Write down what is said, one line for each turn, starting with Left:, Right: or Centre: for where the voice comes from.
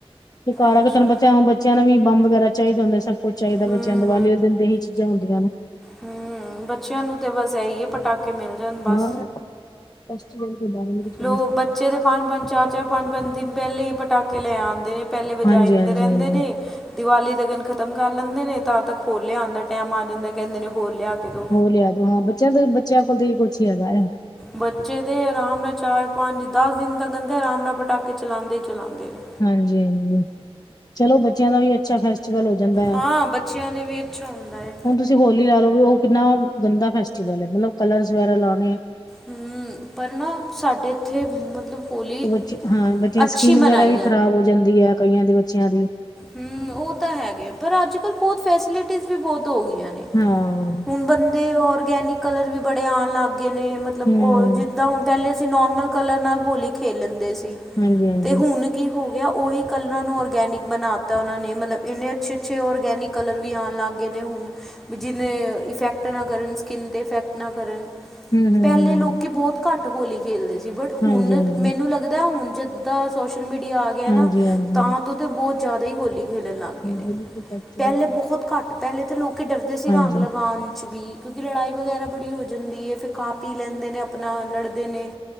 Left: ਤੇ ਘਾਰ
Centre: ਅੱਛਾ
Left: ਆ ਕੇ ਤੁਹਾਨੂੰ ਬੱਚਿਆ ਨੂੰ ਬ ਬੱਚਿਆਂ ਨੂੰ ਵੀ ਬੰਬ ਵਗੈਰਾ ਚਾਹੀਦਾ ਹੁੰਦਾ ਸਭ ਕੁੱਝ ਚਾਹੀਦਾ
Centre: ਹੂੰ
Left: ਬੱਚਿਆਂ ਦੀਵਾਲੀ ਦੇ ਤੇ ਏਹੀ ਚੀਜ਼ਾਂ ਹੁੰਦੀਆਂ ਨੇ
Centre: ਹਮ ਬੱਚਿਆਂ ਨੂੰ ਤਾਂ ਬਸ ਇਹੀ ਹੈ ਪਟਾਕੇ ਮਿਲ ਜਾਣ ਬਸ
Left: ਹਾਂ ਫੈਸਟੀਵਲ ਦੇ ਬਾਰੇ ਮੇਂ ਕੁਛ ਨਹੀਂ
Centre: ਲੋਕ
Left: ਪਤਾ
Centre: ਬੱਚੇ ਤਾਂ ਪੰਜ-ਪੰਜ ਚਾਰ-ਚਾਰ ਪੰਜ-ਪੰਜ ਦਿਨ ਪਹਿਲੇ ਹੀ ਪਟਾਕੇ ਲੈ ਆਉਂਦੇ ਨੇ ਪਹਿਲੇ ਵਜਾਈਦੇ
Left: ਹਾਂਜੀ ਹਾਂਜੀ
Centre: ਰਹਿੰਦੇ
Left: ਹਾਂਜੀ
Centre: ਨੇ ਦੀਵਾਲੀ ਦਾ ਦਿਨ ਖ਼ਤਮ ਕਰ ਲੈਂਦੇ ਨੇ ਤਾਂ ਤੱਕ ਹੋਰ ਲਿਆਉਣ ਦਾ ਟਾਈਮ ਆ ਜਾਂਦਾ ਕਹਿੰਦੇ ਨੇ ਹੋਰ ਲਿਆ ਕੇ ਦੋ
Left: ਹੋ ਲਿਆ ਦੋ ਹਾਂ ਬੱਚਿਆਂ ਤੋਂ ਬੱਚਿਆਂ ਕੋਲ ਤਾਂ ਏਹੀ ਕੁਛ ਹੀ ਹੈਗਾ
Centre: ਬੱਚੇ ਤਾਂ ਆਰਾਮ ਨਾਲ ਚਾਰ ਪੰਜ ਦਸ ਦਿਨ ਤ ਕਿੰਦੇ ਆਰਾਮ ਨਾਲ ਪਟਾਕੇ ਚਲਉਦੇ ਹੀ ਚਲਉਦੇ ਨੇ
Left: ਹਾਂਜੀ-ਹਾਂਜੀ ਚਲੋ ਬੱਚਿਆਂ ਦਾ ਵੀ ਅੱਛਾ ਫੈਸਟੀਵਲ ਹੋ ਜਾਂਦਾ
Centre: ਹਾਂ ਬੱਚਿਆਂ ਨੇ ਵੀ ਅੱਛਾ ਹੁੰਦਾ ਹੈ
Left: ਹੁਣ ਤੁਸੀਂ ਹੋਲੀ ਲਾ ਲਓ ਵੀ ਉਹ ਕਿੰਨਾ ਗੰਦਾ ਫੈਸਟੀਵਲ ਹੈ ਮਤਲਬ ਕਲਰ ਵਗੈਰਾ ਲਾਉਣੇ
Centre: ਹੂੰ ਪਰ ਨਾ ਸਾਡੇ ਇੱਥੇ ਮਤਲਬ ਹੋਲੀ
Left: ਬੱਚੇ ਹਾਂ ਜਾਂ
Centre: ਅੱਛੀ
Left: ਸਕਿਨ
Centre: ਮਨਾਈ
Left: ਵਗੈਰਾ ਵੀ ਖਰਾਬ ਹੋ ਜਾਂਦੀ ਆ ਕਈਆਂ ਦੇ ਬੱਚਿਆਂ ਦੀ
Centre: ਹਮ ਉਹ ਤਾਂ ਹੈਗੇ ਪਰ ਅੱਜ ਕੱਲ੍ਹ ਬਹੁਤ ਫੈਸਿਲਿਟੀਜ਼ ਵੀ ਬਹੁਤ ਹੋ ਗਈਆਂ ਨੇ
Left: ਹਾਂ
Centre: ਹੁਣ ਬੰਦੇ ਔਰਗੈਨਿਕ ਕਲਰ ਵੀ ਬੜੇ ਆਉਣ ਲਾਗਗੇ ਨੇ ਮਤਲਬ
Left: ਹਮ
Centre: ਉਹ ਜ ਤਾਂ ਹੁਣ ਪਹਿਲੇ ਅਸੀਂ ਨੋਰਮਲ ਕਲਰ ਨਾਲ ਹੋਲੀ ਖੇਲ ਲੈਂਦੇ ਸੀ
Left: ਹਾਂਜੀ ਹਾਂਜੀ
Centre: ਤੇ ਹੁਣ ਕੀ ਹੋ ਗਿਆ ਉਹੀ ਕਲਰਾਂ ਨੂੰ ਔਰਗੈਨਿਕ ਬਣਾ ਤਾ ਉਹਨਾਂ ਨੇ ਮਤਲਬ ਇੰਨੇ ਅੱਛੇ-ਅੱਛੇ ਔਰਗੈਨਿਕ ਕਲਰ ਵੀ ਆਉਣ ਲੱਗ ਗਏ ਨੇ ਹੁਣ ਜਿਹਨੇ ਇਫੈਕਟ ਨਾ ਕਰਨ ਸਕਿੰਨ ਤੇ ਇਫੈਕਟ ਨਾ ਕਰਨ
Left: ਹਮ ਹਮ
Centre: ਪਹਿਲੇ
Left: ਹਮ
Centre: ਲੋਕੀ ਬਹੁਤ ਘੱਟ ਹੋਲੀ ਖੇਲਦੇ ਸੀ ਬਟ
Left: ਹਾਂਜੀ
Centre: ਹੁਣ
Left: ਹਾਂਜੀ
Centre: ਮੈਨੂੰ ਲੱਗਦਾ ਹੁਣ ਜਦ ਤਾਂ ਸੋਸ਼ਲ ਮੀਡੀਆ ਆ ਗਿਆ
Left: ਹਾਂਜੀ
Centre: ਨਾ
Left: ਹਾਂਜੀ
Centre: ਤਾਂ ਤੋਂ ਤਾਂ ਬਹੁਤ ਜ਼ਿਆਦਾ ਹੀ ਹੋਲੀ ਖੇਲਣ ਲ ਨੇ
Left: ਹੋਲੀ ਕੇ ਫੈਸਟੀਵਲ
Centre: ਪਹਿਲੇ ਬਹੁਤ ਘੱਟ ਪਹਿਲੇ ਤਾਂ ਲੋਕ ਡਰਦੇ ਸੀ
Left: ਹਾਂਜੀ
Centre: ਰੰਗ ਲਗਾਉਣ ਚ ਵੀ ਕਿਉਂਕਿ ਲੜਾਈ ਵਗੈਰਾ ਬੜੀ ਹੋ ਜਾਂਦੀ ਹੈ ਫਿਰ ਕਾਪੀ ਲੈਂਦੇ ਨੇ ਆਪਣਾ ਲੜਦੇ ਨੇ